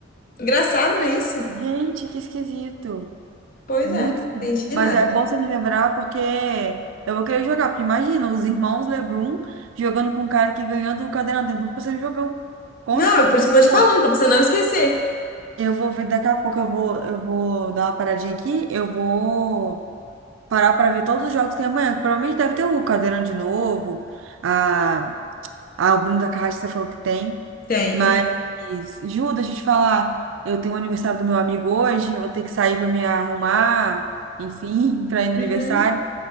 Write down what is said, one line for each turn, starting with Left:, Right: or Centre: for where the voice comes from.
Left: Engraçado, não é isso?
Right: Gente, que esquisito.
Left: Pois
Right: Muito,
Left: é, não entendi
Right: mas
Left: nada.
Right: é bom você me lembrar porque eu vou querer jogar, porque imagina, os irmãos LeBron jogando com o cara que ganhou do Cadeirão, tem tudo pra ser um jogão, com
Left: Não,
Right: certeza.
Left: é por isso que eu
Right: Bom,
Left: tô te falando, pra você não esquecer.
Right: eu vou ver, daqui a pouco eu vou, eu vou dar uma paradinha aqui, eu vou parar para ver todos os jogos que tem amanhã, que provavelmente deve ter o Cadeirão de novo, a, a o Bruno da Carrasco você falou que tem,
Left: Tem,
Right: mas,
Left: tem.
Right: Ju, deixa eu te falar, eu tenho o aniversário do meu amigo hoje, eu vou ter que sair para me arrumar, enfim, <laughs> para ir no
Left: Uhum.
Right: aniversário.